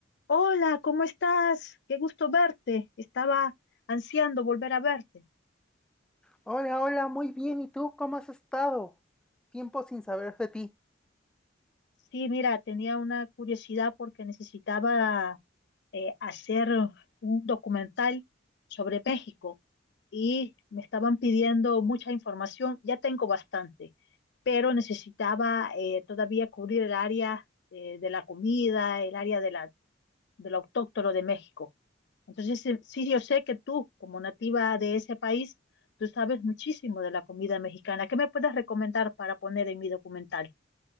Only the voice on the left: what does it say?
Hola, ¿cómo estás? Qué gusto verte. Estaba ansiando volver a verte.
Sí, mira, tenía una curiosidad porque necesitaba eh, hacer un documental sobre México y me estaban pidiendo mucha información. Ya tengo bastante, pero necesitaba eh, todavía cubrir el área eh, de la comida, el área de la de lo autóctono de México. Entonces, sí, sí, yo sé que tú, como nativa de ese país, tú sabes muchísimo de la comida mexicana. ¿Qué me puedes recomendar para poner en mi documental?